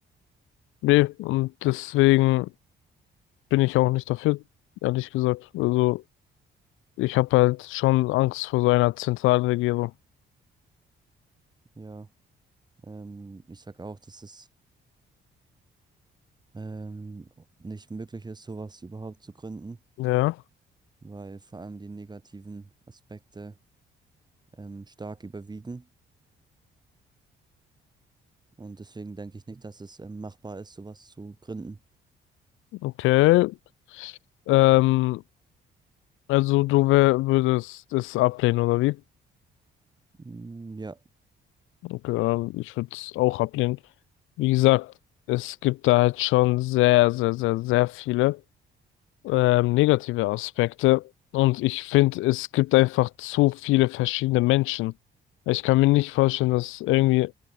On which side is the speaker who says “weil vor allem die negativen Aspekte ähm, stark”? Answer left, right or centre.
Right